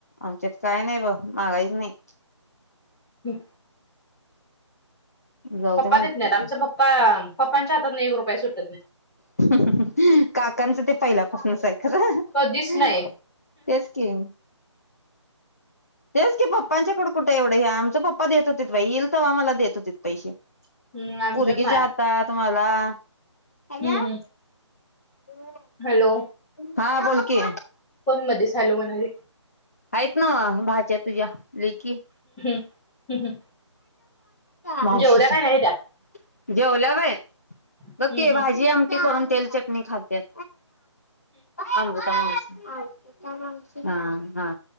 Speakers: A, on the left; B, in the centre.
A: आमच्यात काय नाही बघ मागायचं नाही
B: हम
A: जाऊ दे म्हणते
B: देत नाहीत
A: तिच्याकडे
B: आमचा पप्पा पप्पांच्या हातातन एक रुपया सुटत नाही
A: <unintelligible> काकाचं ते पहिल्यापासनच आह <unintelligible>
B: कधीच नाही
A: तेच की तेच की पप्पांच्याकड कुठे एवढं हे आमचे पप्पा देत होतीत बाई येईल तेव्हा देत होतीत पैसे
B: हम्म आमच्यात
A: पोरगीच्या
B: नाय
A: हातात मला हॅलो
B: हम्म हम्म
A: <inaudible>
B: हॅलो
A: हा बोल की
B: कोण मध्येच् हॅलो म्हणायलंय?
A: आयत नव्ह भाजी तुझ्या तुझ्या लेकी
B: हं हम्म हम्म
A: मावशीचाय
B: जेवल्या काय नाही त्या
A: जेवल्या वय
B: हम्म
A: बघ कि भाजी
B: हम्म
A: आम ती करून तेल चटणी खात्यात अमृता माणस अमृता मावशी हा हा